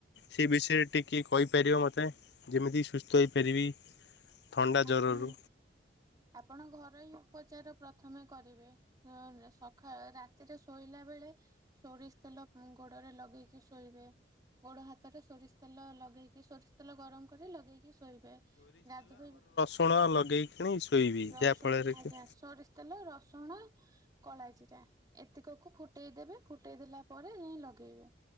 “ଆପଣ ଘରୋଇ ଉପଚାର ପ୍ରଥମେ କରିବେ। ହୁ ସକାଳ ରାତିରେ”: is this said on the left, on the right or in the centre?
Right